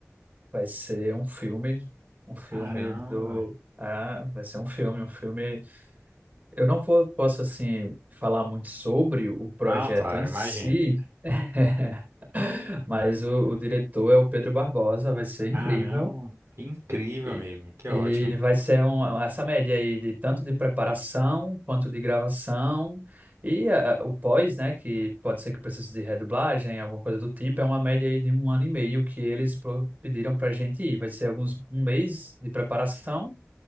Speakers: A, on the right; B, on the right.
A: Vai ser um filme, um filme
B: Caramba.
A: do. Ah, vai ser um filme, um filme. Eu não vou, posso, assim, falar muito sobre o projeto
B: Não, claro,
A: em si,
B: imagino.
A: <laughs> mas o, o diretor é o Pedro Barbosa, vai ser incrível.
B: Caramba, que incrível,
A: E,
B: amigo. Que
A: e
B: ótimo.
A: vai ser um, essa média aí de tanto de preparação quanto de gravação e ah, o pós, né, que pode ser que precise de redublagem, alguma coisa do tipo, é uma média aí de um ano e meio que eles pro- pediram pra gente ir. Vai ser alguns um mês de preparação,